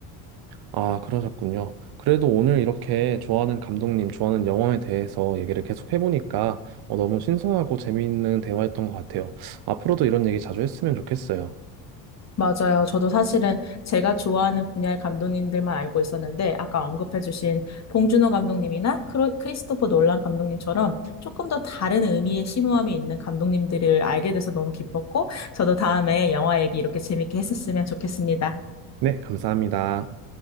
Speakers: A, on the right; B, on the left.
A: 아, 그러셨군요. 그래도 오늘 이렇게 좋아하는 감독님, 좋아하는 영화에 대해서 얘기를 계속 해보니까 어, 너무 신선하고 재미있는 대화였던 것 같아요. 앞으로도 이런 얘기 자주 했으면 좋겠어요.
B: 맞아요. 저도 사실은 제가 좋아하는 분야의 감독님들만 알고 있었는데, 아까 언급해주신 봉준호 감독님이나 크로, 크리스토퍼 놀란 감독님처럼 조금 더 다른 의미의 심오함이 있는 감독님들을 알게 돼서 너무 기뻤고, 저도 다음에 영화 얘기 이렇게 재밌게 했었으면 좋겠습니다.
A: 네, 감사합니다.